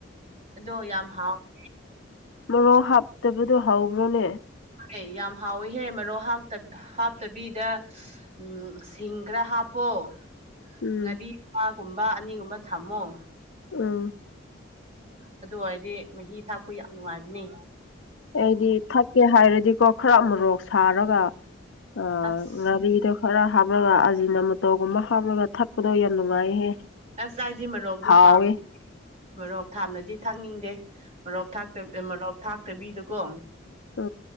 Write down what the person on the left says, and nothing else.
ꯃꯔꯣꯛ ꯍꯥꯞꯇꯕꯗꯨꯣ ꯍꯧꯧꯕ꯭ꯔꯣꯅꯦ
ꯎꯝ
ꯑꯥ
ꯑꯩꯗꯤ ꯊꯛꯀꯦ ꯍꯥꯏꯔꯗꯤꯀꯣ ꯈꯔ ꯃꯣꯔꯣꯛ ꯁꯥꯔꯒ ꯑ
ꯉꯔꯤꯗ ꯈꯔ ꯍꯥꯞꯂꯒ ꯑꯖꯤꯅ ꯃꯇꯧꯒꯨꯝꯕ ꯍꯥꯞꯂꯒ ꯊꯛꯄꯗꯣ ꯌꯥꯝ ꯅꯨꯡꯉꯥꯏꯍꯦ
ꯍꯥꯎꯋꯦ
ꯑ